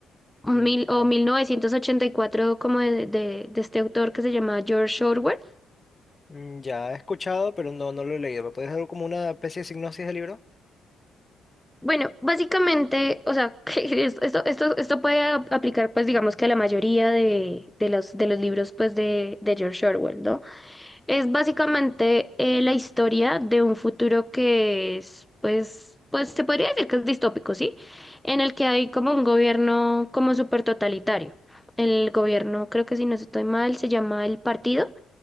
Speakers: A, on the left (about 25°); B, in the centre.
A: mm,
B: mil,
A: Ya.
B: o mil novecientos ochenta y cuatro como de, de- de este autor que se llama George Orwell.
A: Mm, Ya he escuchado, pero no, no lo he leído. ¿Me puedes dar como una especie de sinopsis del libro?
B: Bueno, básicamente, o sea, <laughs> que es- esto, esto, esto puede ap- aplicar, pues digamos que a la mayoría de, de los, de los libros, pues de, de George Orwell, ¿no? Es básicamente eh, la historia de un futuro que es, pues, pues se podría decir que es distópico, ¿sí? En el que hay como un gobierno como súper totalitario. El gobierno, creo que si no estoy mal, se llama el Partido